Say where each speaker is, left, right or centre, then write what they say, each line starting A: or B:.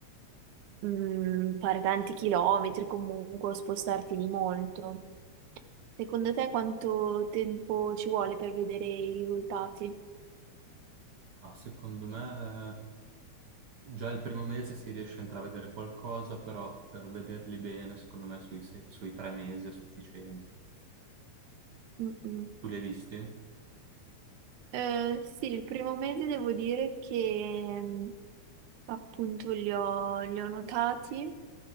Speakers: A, on the right; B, on the right.
A: mm, fare tanti chilometri comunque o spostarti di molto. Secondo te quanto tempo ci vuole per vedere i risultati?
B: Ah, secondo me eh, già il primo mese si riesce a intravedere qualcosa, però per vederli bene, secondo me sui, sei- sui tre mesi è sufficiente.
A: Mm, mm.
B: Tu li hai visti?
A: Eh, sì, il primo mese devo dire che mm, appunto li ho, li ho notati